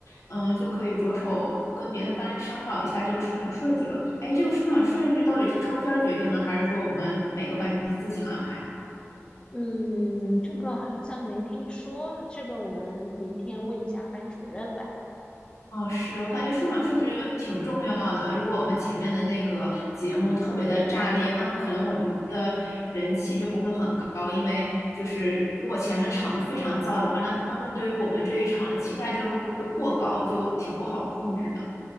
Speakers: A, on the left; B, on the left.
A: 嗯，就可以着手跟别的班商讨一下这个出场顺序了。哎，这个出场顺序到底是抽签儿决定呢，还是说我们每个班级自行安排呢
B: 嗯，这个好像没听说，这个我们明天问一下班主任吧。
A: 哦，是我感觉出场顺序挺重要的。如果我们前面的那个节目特别的炸裂，那可能我们的人气就不会很高，因为就是如果前面的场子非常燥的话，那观众对于我们这一场的期待就会过高，就挺不好控制的。